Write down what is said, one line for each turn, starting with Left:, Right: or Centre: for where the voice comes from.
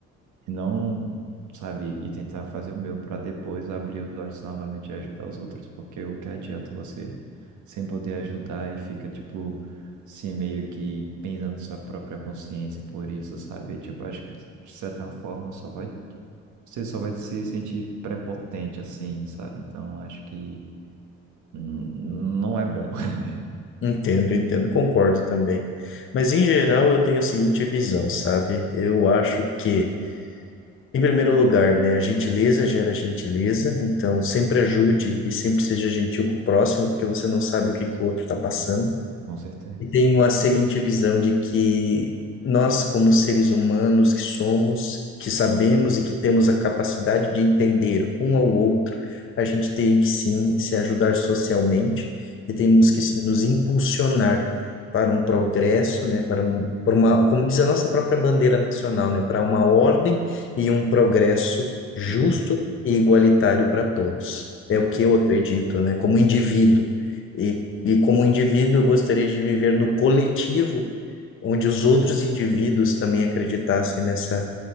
Right: E não, sabe, e tentar fazer o meu para depois abrir os olhos novamente e ajudar os outros, porque o que adianta você sem poder ajudar e fica, tipo, se meio que pensando sua própria consciência por isso, sabe? Tipo, acho que de certa forma só vai, você só vai se sentir prepotente assim, sabe? Então, acho que hum, não é bom. <laughs>
Left: Entendo, entendo, concordo também. Mas em geral eu tenho a seguinte visão, sabe? Eu acho que, em primeiro lugar, né, a gentileza gera gentileza, então sempre
Right: Uhum,
Left: ajude e sempre seja gentil com o próximo, porque você não sabe o que que o outro está passando.
Right: né? Com certeza.
Left: E tenho a seguinte visão de que nós, como seres humanos que somos, que sabemos e que temos a capacidade de entender um ao outro, a gente tem que sim se ajudar socialmente e temos
Right: Uhum,
Left: que sim, nos impulsionar para um progresso, né, para um, para uma, como diz a nossa própria bandeira nacional, né, para uma ordem e um progresso justo
Right: uhum,
Left: e igualitário para todos. É
Right: sim.
Left: o que eu acredito, né, como indivíduo. E, e como indivíduo, eu gostaria de viver no coletivo, onde
Right: Uhum,
Left: os outros indivíduos também acreditassem nessa,